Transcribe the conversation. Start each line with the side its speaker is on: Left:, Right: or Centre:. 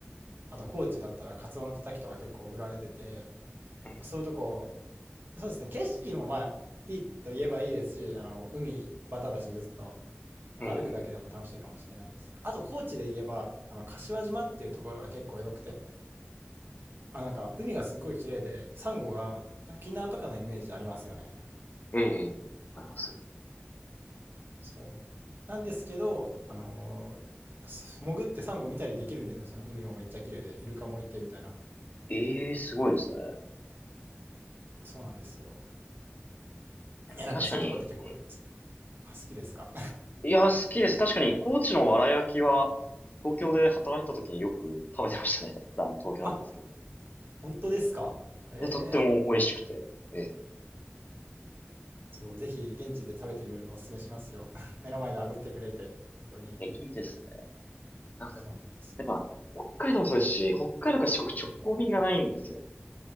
Right: あと高知だったらカツオのたたきとか結構売られてて
Left: ええ、
Right: そういうとこそうですね景色もまあいいと言えばいいですしあの海バタだしずっとなんか歩くだけでも楽しいかもしれないですあと高知で言えばあの柏島っていうところが結構良くて
Left: ええ、
Right: あのなんか海がすごい綺麗でサンゴが沖縄とかのイメージありますよね
Left: ええ、ええ、あります。
Right: そうなんですけどあのーす潜ってサンゴ見たりできるんですよその海もめっちゃ綺麗でイルカもいてみたいな
Left: ええ、すごいですね。
Right: そうなんですよえ、なんかそういうとこって結構好
Left: 確かに、え
Right: きですか
Left: え、いや、好きです。確かに、高知のわら焼きは、東京で働いてた時によく食べてましたね。あの東京なんですけど。
Right: <laughs> あ、
Left: い
Right: 本当ですかへえ。
Left: や、とっても美味しくて、ええ、
Right: そう、ぜひ現地で食べてみるのをおすすめしますよ。<laughs> 目の前で炙ってくれて、本当にいいんで。
Left: えいいですね。あ、でも、
Right: そうなんですよ。
Left: やっぱ、北海道もそうですし、北海道から四国直行便がないんですよね。